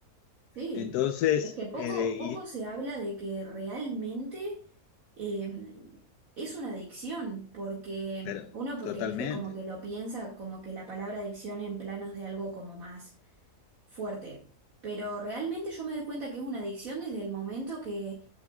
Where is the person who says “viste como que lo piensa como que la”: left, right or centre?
Right